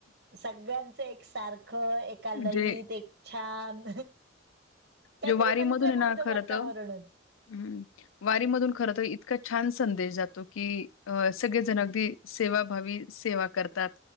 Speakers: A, on the right; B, on the left.
A: सगळ्यांचं एकसारखं - सारखं एका लयीत,
B: जे
A: एक छान काहीतरी
B: जे वारीमधून
A: मंत्रमुग्ध
B: आहे ना खरं
A: वातावरणच.
B: तर हम्म वारीमधून खर तर इतका छान संदेश जातो की अ सगळेजण अगदी सेवाभावी सेवा करतात.